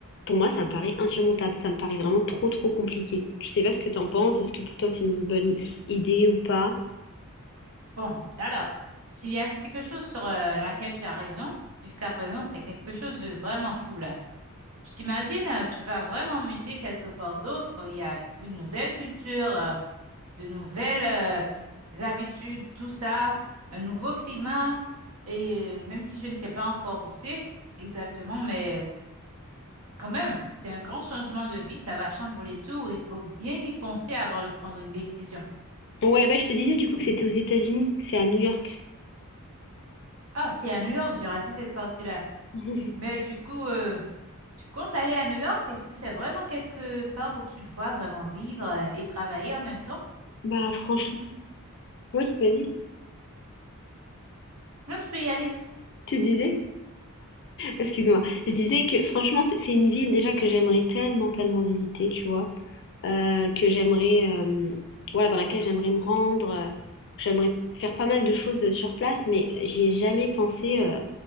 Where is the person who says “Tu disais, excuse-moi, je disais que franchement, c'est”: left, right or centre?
Left